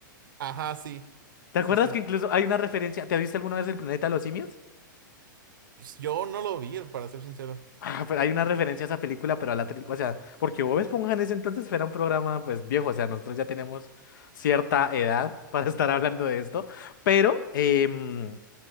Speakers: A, on the right; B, on the left.
A: Ajá, sí,
B: ¿Te acuerdas
A: sí, sí.
B: que incluso hay una referencia? ¿Te has visto alguna vez el planeta de los simios? <laughs>
A: Yo no lo vi, para ser sincero.
B: Ah, pero hay una referencia a esa película, pero a la... tri- O sea, porque Bob Esponja en ese entonces era un programa pues viejo, o sea, nosotros ya tenemos cierta edad <laughs> para estar hablando de esto, pero... em,